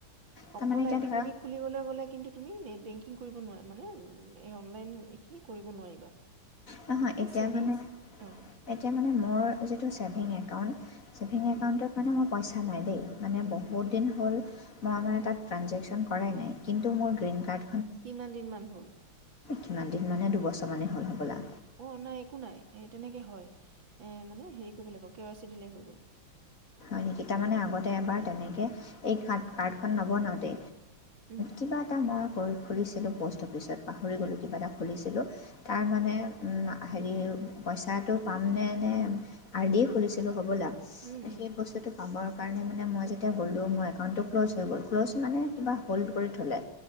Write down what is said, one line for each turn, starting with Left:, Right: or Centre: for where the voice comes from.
Left: তাৰমানে
Right: অকল
Left: এতিয়া
Right: আই পি
Left: ধৰক
Right: পি বি খুলিবলৈ গ'লে কিন্তু---া তুমি নেট বেংকিং কৰিব নোৱাৰা। মানে অনলাইন, এইখিনি কৰিব নোৱাৰিবা।
Left: নহয়, এতিয়া
Right: ছেভিংছ
Left: মানে
Right: অঁ
Left: এতিয়া মানে মই যিটো ছেভিং একাউণ্ট ছেভিং
Right: উম,
Left: একাউণ্টৰ কাৰণে মোৰ পইচা নাই দেই। মানে বহুত দিন হ'ল, মই মানে তাত ট্ৰাঞ্জেকশ্যন কৰাই নাই। কিন্তু মোৰ গ্ৰীণ কাৰ্ড
Right: কিমান দিন মান হ'ল?
Left: কিমান দিন মানে? দুবছৰমানেই হ'ল হ'বলা।
Right: অ নাই, একো নাই। সেই তেনেকে হয়। এ-মানে হেৰি কৰিব লাগিব। কে ৱাই চি দিলে হৈ গ'ল।
Left: সেই কেইটামানে আগতে এবাৰ তেনেকে এই কাৰ্ড, কাৰ্ডখন নবনাওঁতে
Right: উম।
Left: কিবা এটা মই কৰি খুলিছিলোঁ প'ষ্ট অফিচত পাহৰি গ'লোঁ কিবা এটা খুলিছিলোঁ। তাৰ
Right: অঁ
Left: মানে উম আ হেৰি পইচাটো পামনে নে আৰ দিয়ে খুলিছিলোঁ হ'বলা।
Right: উম উম
Left: সেই বস্তুটোক পাবৰ কাৰণে মানে মই যেতিয়া গ'লোঁ। মোৰ একাউণ্টটো ক্ল'জ হৈ গ'ল ক্ল'জ মানে কিবা হ'ল্ড কৰি থ'লে।